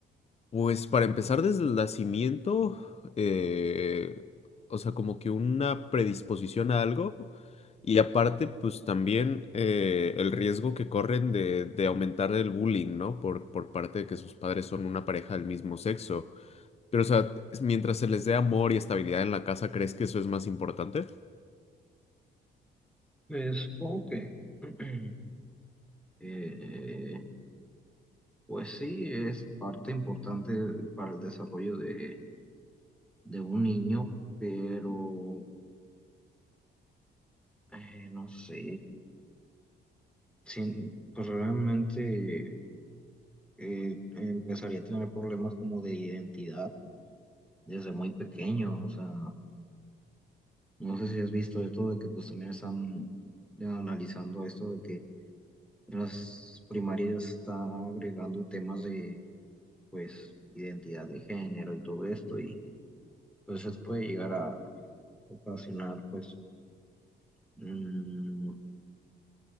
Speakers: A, on the left; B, in the centre.
A: pues para empezar desde el nacimiento, eh, o sea, como que una predisposición a algo y aparte, pues también eh, el riesgo que corren de, de aumentar el bullying, ¿no? Por, por parte de que sus padres son una pareja del mismo sexo. Pero, o sea, mientras se les dé amor y estabilidad en la casa, ¿crees que eso es más importante?
B: Eh, supongo que, <clears throat> eh, pues sí, es parte importante para el desarrollo de, de un niño, pero, eh, no sé, sin, pues realmente... eh, empezaría a tener problemas como de identidad desde muy pequeño. O sea, no sé si has visto esto de que pues también están eh, analizando esto de que en las primarias está agregando temas de pues identidad de género y todo esto y pues eso puede llegar a ocasionar pues mm,